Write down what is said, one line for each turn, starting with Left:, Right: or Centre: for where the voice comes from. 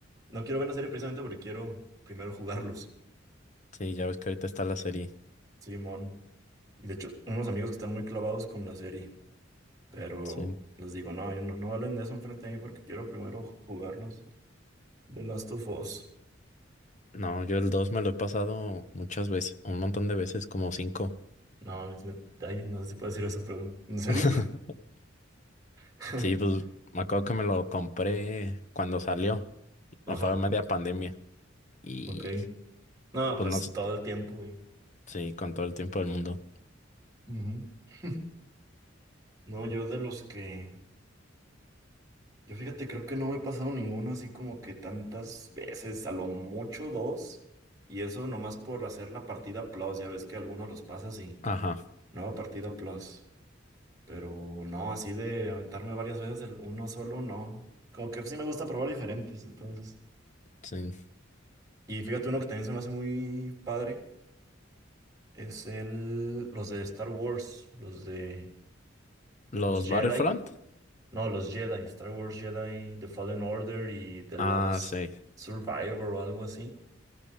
Right: no quiero ver la serie precisamente porque quiero primero jugarlos,
Left: Sí, ya ves que ahorita está la serie.
Right: Simón. Y de hecho, unos amigos que están muy clavados con la serie. Pero
Left: Sí.
Right: les digo, no, yo no, no hablen de eso enfrente de mí porque quiero primero jugarlos. The Last of Us.
Left: No, yo el 2 me lo he pasado muchas veces, un montón de veces, como cinco.
Right: No, mames, me- ay, no sé si puedo decir eso, pero... ¿En serio?
Left: <laughs>
Right: <laughs>
Left: Sí, pues me acuerdo que me lo compré cuando salió,
Right: Ajá,
Left: o fue en media pandemia. Y
Right: ok. No,
Left: pues
Right: pues
Left: no sé,
Right: todo el tiempo, güey.
Left: sí, con todo el tiempo del mundo.
Right: Ujú. <laughs> No, yo de los que... Yo fíjate, creo que no me he pasado ninguno así como que tantas veces, a lo mucho dos. Y eso nomás por hacer la partida plus, ya ves que algunos los pasas y...
Left: Ajá,
Right: Nueva partida plus. Pero no, así de aventarme varias veces el uno solo, no. Como que sí me gusta probar diferentes, entonces.
Left: sí.
Right: Y fíjate, uno que también se me hace muy padre es el, los de Star Wars, los de
Left: ¿Los
Right: los Jedi.
Left: Battlefront?
Right: No, los Jedi, Star Wars Jedi, The Fallen Order y The Last
Left: Ah, sí,
Right: Survivor o algo así,